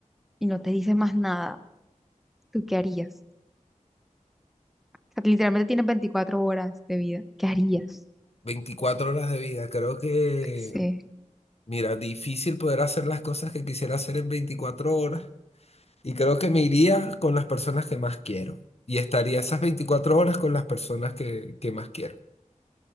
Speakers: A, in the centre; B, on the left (about 50°).
A: y no te dice más nada. ¿Tú qué harías? O sea, que literalmente tienes veinticuatro horas de vida. ¿Qué harías?
B: veinticuatro horas de vida. Creo que,
A: Sí,
B: mira, difícil poder hacer las cosas que quisiera hacer en 24 horas. Y creo que me iría con las personas que más quiero. Y estaría esas 24 horas con las personas que, que más quiero.